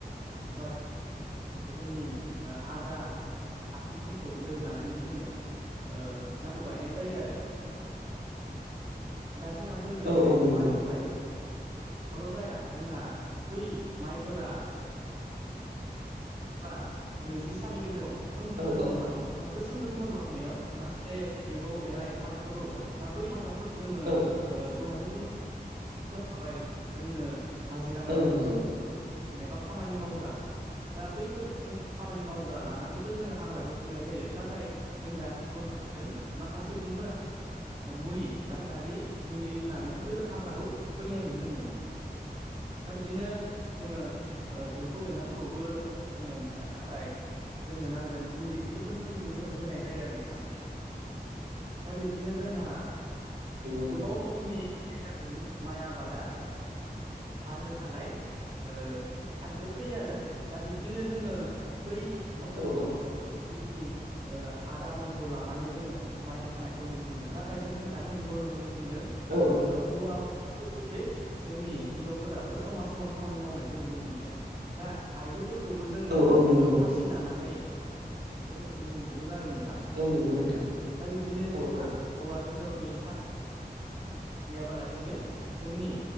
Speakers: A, on the right (about 35°); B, on the right (about 85°).
A: बा जोंनि आदा आबमोनखौ लोगो लानानै जोङो माइखौ गायनाय जायो आरो दा जोंहा फैगोन
B: औ नंगौ औ नंगौ
A: माइखौ ल' जाया जोंहा बै माइफोरा जिबा नैजि सानि गेजेराव सोमखोर
B: औ
A: महर लालांगोन दा बै सोमखोर महर लाहांनायाव माखासे एम्फौ एनला एबा हाग्राफोर रजगोन दा बै हाग्राफोरखौ खौ जोंङो
B: औ
A: दहायनो बुंलांखाबाय जोंनो हाजिरा
B: औ
A: नांगोन
B: नंगौ
A: एबा खामानि मावग्रा दा बैफोर जों खामानि मावग्रा लानानै जोङो हाग्राखौ फुनाय जायो नाथाय जों दानि जुगावनो मोनदों माखासे सुबुंफोरा मुलि रासायनारि मुलि होननानै बैफोर हाग्राखौ फोथैनाय नुनो मोनो दा बिदिनो जोङो एम्फौ एनलाफोरखौबो जोङो बुथारनो थाखाय जोंनो नांगोन मुलि बेफोर मुलिखौ जोङो होनाय जायो आरो नोंथां दा बिब्दिनो जोंहा
B: नोंथां
A: गोबाव समनि गेजेरजों माइ आबादा हानो हानाय ओ थांखियाव फैयो आरो दा बिब्दिनो जोङो बै मायफोरखौ
B: औ
A: जोंनि आदामोनखौ लानानै जोङो माइ हानायखौ नुनो मोनो नाथाय जों दानि जुगाव नुनो मोनदों
B: औ-औ
A: हौवा जोंनि हिनजावफोराबो समान समान खामानि मावनायखौ नुनो मोनदों दा आइजोफोरखौबो जोङो
B: औ नंगौ औ
A: खासि लानानै बे नुनो मोनबोदों आरो नोंथां
B: औ नंगौ नोंथां
A: दा बिब्दिनो जोंहा
B: औ-औ
A: हौवा हिनजावनि फारागथि गैयाबालासिनो जोंनि